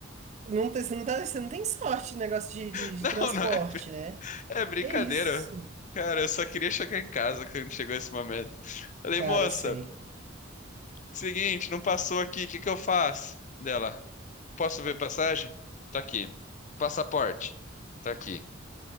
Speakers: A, on the right; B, on the left.
A: Não tem, você, não tá, você não tem sorte no negócio de, de,
B: <laughs>
A: de
B: Não,
A: transporte,
B: não, é, brin-
A: né?
B: é brincadeira.
A: Que isso?
B: Cara, eu só queria chegar em casa quando chegou esse momento. Falei,
A: Cara,
B: moça,
A: sei.
B: seguinte, não passou aqui, o que que eu faço? Dela. Posso ver passagem? Tá aqui. Passaporte? Tá aqui.